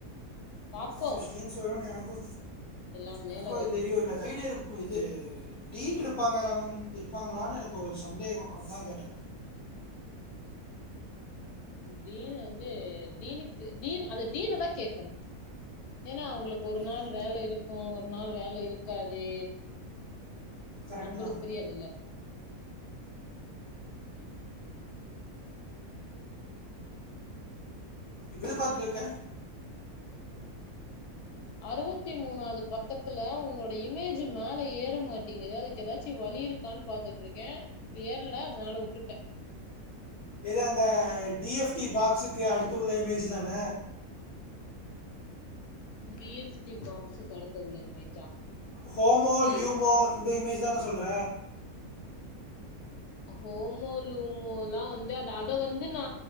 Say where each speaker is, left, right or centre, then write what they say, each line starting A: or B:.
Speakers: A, on the left; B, on the left.
A: பாப்போம்
B: கொஸ்டின்ஸ் வருன் எனக்கு
A: எல்லாம்
B: எனக்கு
A: மேல
B: அது
A: வரும்
B: தெரியுல்ல வீடியோ இருப் இது டீன் இருப்பாங்கலாங் இருப்பாங்களான்னு எனக்கு ஒரு சந்தேகோ அதுக்தா கேட்டே
A: டீனு வந்து டீனுக்கு டீன் அது டீன தா கேக்கணு ஏனா அவுங்களுக்கு ஒரு
B: ரைட்
A: நாள் வேல இருக்கு ஒரு நாள் வேல இருக்காது
B: கரெக்ட்
A: நம்பளுக்கு
B: தா
A: தெரியாதுல்ல ம்
B: இதுற பாத்துருக்க
A: அறவத்தி மூணாவது பக்கத்துல ஒன்னுடைய இமேஜு மேல ஏற மாட்டேங்கிது அதுக்கு ஏதாச்சு வலி இருக் கான்னு பாத்துட்ருக்கே ஏரல அதனால வுட்டுட்டே
B: எது அந்த டி எஃப் டி பாக்ஸுக்கு அடுத்துள்ள இமேஜு தான
A: டி எஃப டி பாக்ஸுக்கு அடுத்து உள்ள இமேஜா
B: ஹோமோ
A: ஏய்
B: லியூமோ இந்த இமேஜ் தான சொல்ற
A: ஹோமோ லூமோலா வந்து அத அத வந்து நா